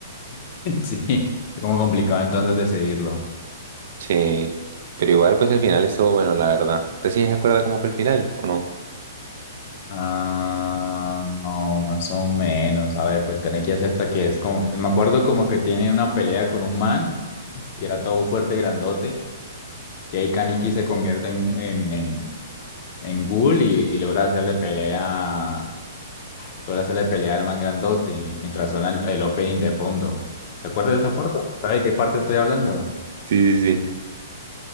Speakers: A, on the left; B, on the right.
A: <laughs> sí, es como complicado entonces decidirlo.
B: Sí, pero igual pues el final estuvo bueno, la verdad. ¿Usted sí se acuerda cómo fue el final o no?
A: Ah, no, más o menos. A ver, pues Kaneki acepta que es como. Me acuerdo como que tiene una pelea con un man que era todo fuerte y grandote. Y ahí Kaneki se convierte en, en, en, en ghoul y, y logra hacerle pelea. Logra hacerle pelea al man grandote y mientras suena el, el opening de fondo. ¿Te acuerdas de esa parte? ¿Sabes de qué parte estoy hablando?
B: Sí, sí, sí.